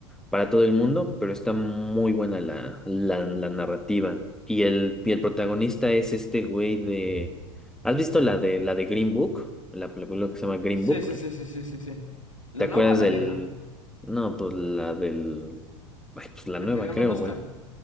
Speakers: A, in the centre; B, on the left (about 85°).
A: para todo el mundo, pero está muy buena la, la, la narrativa. Y el, y el protagonista es este güey de... ¿Has visto la de, la de Green Book? La película que se llama Green
B: Sí,
A: Book.
B: sí, sí, sí, sí, sí, sí. ¿La
A: ¿Te
B: nueva
A: acuerdas
B: o la
A: del...
B: vieja?
A: No, pues la del... Ay, pues la nueva,
B: La que ganó
A: creo,
B: un Oscar.
A: güey.